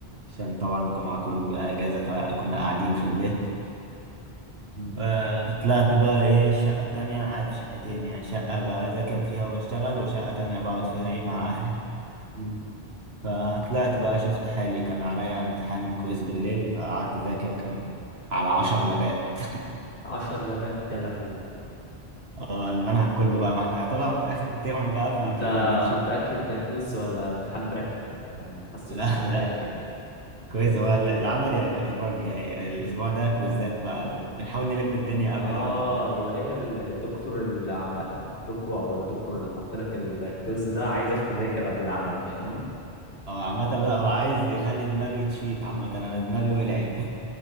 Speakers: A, on the right (about 65°); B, on the left (about 80°).
A: عشان طبعا الجمعة كله بيبقى أجازة فكنا قاعدين في البيت
B: مم.
A: آه، طلعت بقى ايه الشقة التانية أنا قاعد في شقتين يعني شقة بذاكر فيها وبشتغل وشقة تانية بقعد فيها ايه مع أهلي
B: مم.
A: فطلعت بقى شفت حالي كان عليا امتحان كويز بالليل فقعدت أذاكر كان على عشر لبات
B: عشر لبات يا لهوي
A: اه المنهج كله بقى ما احنا طبعا في اخر الترم بقى فبيفنشوا
B: انت متأكد ده كويز ولا امتحان براكتيكال؟ يعني حاسه
A: لا
B: امتحان
A: لا
B: براكتيكال.
A: كويز هو العملي هيبقى الاسبوع الجاي الاسبوع ده كويزات بقى بنحاول نلم الدنيا
B: اه
A: قبل العمل
B: يبقى هي ال- الدكتور اللي عمل حط لكوا او الدكتور اللي حط لك الكويز ده عايزك تذاكر قبل العمل فاهمني؟
A: اه عامة لا هو عايز يخلي دماغي تشيط عامة انا دماغي ولعت